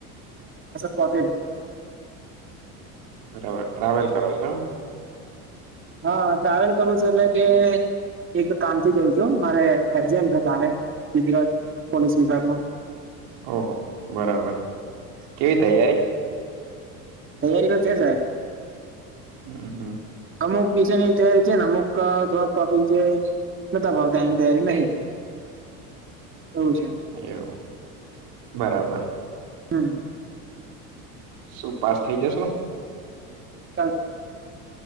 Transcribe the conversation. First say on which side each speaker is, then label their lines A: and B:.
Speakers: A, on the right; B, on the right.
A: <inaudible> કોકે
B: બરાબર ટ્રાવેલ કરો છો આમ
A: હા ટ્રાવેલ કરું છું એટલે કે એક કામથી જઉં છું મારે એક્જ છે તારે ગુજરાત પોલીસ વિભાગમાં
B: ઓહો બરાબર કેવી તૈયારી
A: તૈયારી તો છે સાહેબ
B: હમ હમ
A: અમુક વિશેની તૈયારી છે ને અમુક થોડાક ટોપીક જે નતા ભાવતા એની તૈયારી નહી એવું છે
B: એવું બરાબર
A: <inaudible>
B: શું પાસ થઈ જસો
A: ચાલ